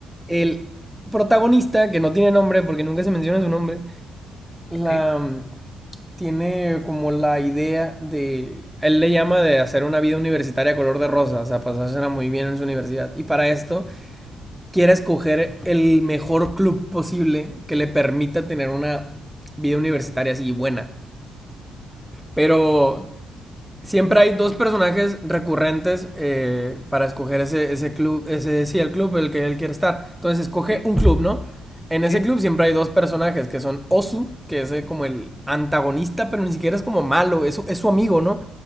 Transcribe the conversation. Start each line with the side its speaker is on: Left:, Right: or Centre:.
Centre: el protagonista, que no tiene nombre porque nunca se menciona su nombre, la,
Left: ok,
Centre: tiene como la idea de, él le llama de hacer una vida universitaria color de rosa, o sea, pasársela muy bien en su universidad. Y para esto quiere escoger el mejor club posible que le permita tener una vida universitaria así buena. Pero Siempre hay dos personajes recurrentes eh, para escoger ese, ese club, ese sí, el club el que él quiere estar. Entonces escoge
Left: sí,
Centre: un club, ¿no? En
Left: sí.
Centre: ese club siempre hay dos personajes que son Osu, que es eh, como el antagonista, pero ni siquiera es como malo, es, es su amigo, ¿no?